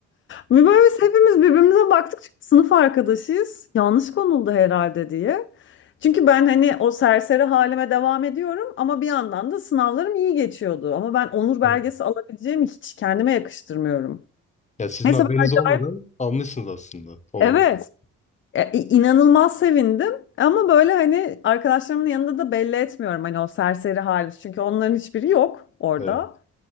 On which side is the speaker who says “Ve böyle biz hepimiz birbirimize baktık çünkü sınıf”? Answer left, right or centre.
Left